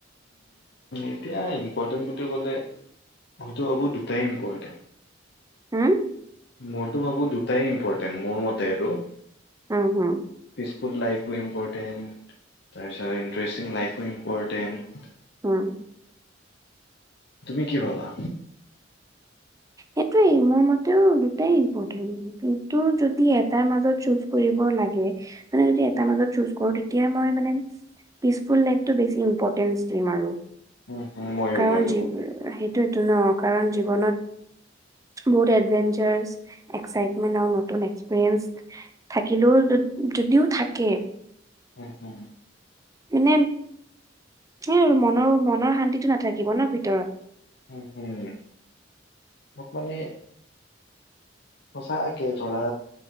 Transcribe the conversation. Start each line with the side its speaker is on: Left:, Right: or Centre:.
Left: এতিয়া ইম্পৰ্টেণ্ট বুলি ক'লে মইতো ভাবোঁ দুটাই ইম্পৰ্টেণ্ট।
Right: হম?
Left: মইতো ভাবোঁ দুটাই ইম্পৰ্টেণ্ট মোৰ মতে আৰু।
Right: উম হুম।
Left: পিচফুল লাইফো ইম্পৰ্টেণ্ট, তাৰপিছত ইণ্টাৰেষ্টিং লাইফো ইম্পৰটেণ্ট।
Right: উম।
Left: তুমি কি ভবা?
Right: সেইটোৱেই মোৰ মতেও দুটাই ইম্পৰ্টেণ্ট। কিন্তু যদি এটাৰ মাজত চুজ কৰিব লাগে মানে যদি এটা মাজত চুজ কৰো তেতিয়া মই মানে পিচফুল লাইফটো বেছি ইম্পৰ্টেঞ্চ দিম আৰু।
Left: উম, হুম, ময়ো
Right: কাৰণ
Left: ময়ো
Right: জী
Left: উম
Right: সেইটো এইটো ন, কাৰণ জীৱনত বহুত এডভেঞ্চাৰ, এক্সাইটমেন্ট আৰু নতুন এক্সপৰিয়েঞ্চ থাকিলেও যদিও থাকে
Left: হুম হুম।
Right: এনে সেই আৰু মনৰ মনৰ শান্তিটো নাথাকিব ন ভিতৰত।
Left: উম হম মোক মানে
Right: <inaudible>
Left: সচাকে ধৰা